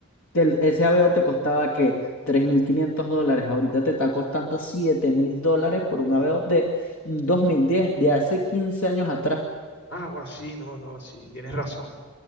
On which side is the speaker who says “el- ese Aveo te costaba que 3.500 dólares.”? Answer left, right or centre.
Left